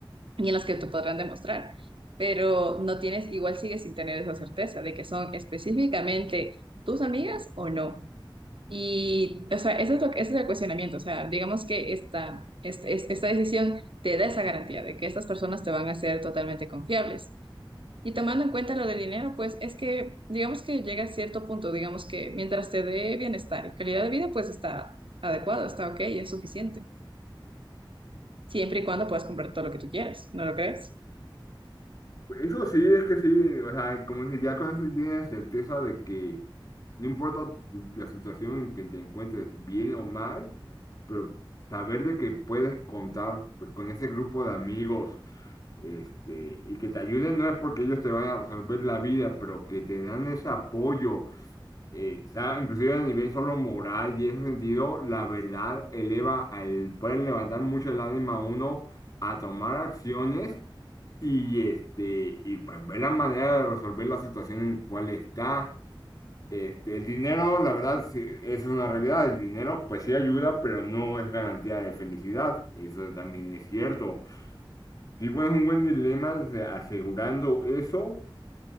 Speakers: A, on the right; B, on the left.
A: y en las que te podrán demostrar, pero no tienes, igual sigues sin tener esa certeza de que son específicamente tus amigas o no. Y, o sea, eso es lo, que- ese es el cuestionamiento. O sea, digamos que esta, este- este- esta decisión te da esa garantía de que estas personas te van a ser totalmente confiables. Y tomando en cuenta lo del dinero, pues es que, digamos que llega a cierto punto, digamos que mientras te dé bienestar y calidad de vida, pues está adecuado, está ok, es suficiente. Siempre y cuando puedas comprar todo lo que tú quieras, ¿no lo crees?
B: Eso sí, es que sí, o sea, como si ya con eso tienes certeza de que no importa tu- la situación en que te encuentres, bien o mal, pero saber de que puedes contar pues, con ese grupo de amigos, este, y que te ayuden no es porque ellos te van a resolver la vida, pero que te dan ese apoyo Exacto, inclusive a nivel solo moral y en ese sentido, la verdad eleva al, pueden levantar mucho el ánimo a uno a tomar acciones y este, y pues ver la manera de resolver la situación en cual está. Este, el dinero, la verdad, sí, eso es una realidad. El dinero, pues sí ayuda, pero no es garantía de felicidad. Eso también es cierto. Sí, pues es un buen dilema o sea, asegurando eso.